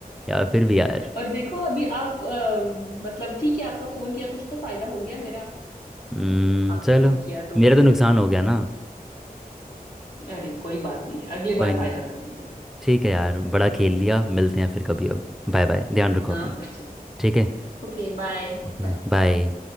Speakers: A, in the centre; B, on the left (about 85°).
A: यार फिर भी यार
B: और देखो अभी आप अ, मतलब ठीक है आपका फोन किया कुछ तो फायदा हो गया मेरा
A: हम्म,
B: आपने
A: चलो
B: फोन किया तो
A: मेरा तो नुकसान हो गया ना
B: अरे कोई बात नहीं अगली
A: कोई
B: बार
A: नहीं
B: फायदा कर लेंगे
A: ठीक है यार बड़ा खेल लिया मिलते हैं फिर कभी अब बाय बाय ध्यान रखो
B: हाँ
A: अपना
B: हाँ चलिए
A: ठीक है
B: Okay bye
A: Okay
B: बाय
A: bye